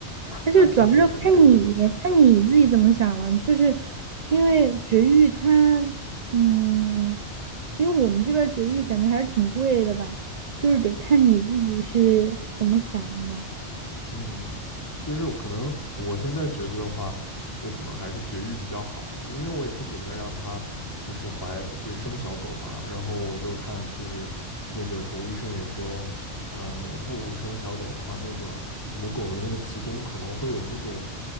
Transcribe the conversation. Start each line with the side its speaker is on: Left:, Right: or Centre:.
Left: 那那其实还可以啊。
Right: 而且主要是看你看你自己怎么想了，就是因为绝育它，嗯，因为我们这边儿绝育感觉还是挺贵的吧，就是得看你自己是怎么想的。
Left: 嗯，就是可能我现在觉得的话，就可能还是绝育比较好，因为我也不准备让它就是怀就是生小狗嘛。然后我就看就是那个宠物医生也说，呃，不生小狗的话，那个母狗的那个子宫可能会有那种